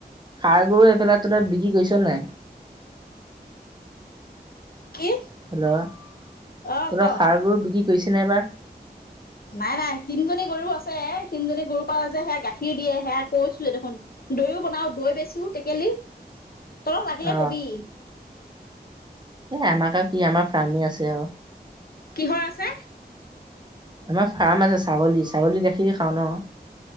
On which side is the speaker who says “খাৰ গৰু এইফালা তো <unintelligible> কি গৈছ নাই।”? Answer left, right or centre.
Right